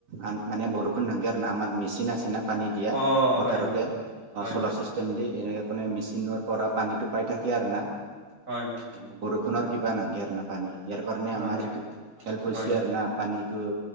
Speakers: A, on the right (about 55°); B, on the right (about 25°).
A: আন মানে বৰষুণ নালাগে আৰু ন আমাৰ মেচিন আছে ন। পানী দিয়া
B: অ
A: পথাৰতে
B: হয় হয় হয়
A: চলাচল
B: হয়
A: কেমদি এনে কাৰণে মেচিনৰ পৰা পানীটো পাই থাকি আৰু না।
B: হয় হয়
A: মানে বৰষুণৰ কিবা নালগে আৰু না পানী ইয়াৰ কাৰণে
B: নালগে
A: আমাৰ
B: হয়
A: হেল্প হৈছে
B: হয়
A: আৰু না। পানীটো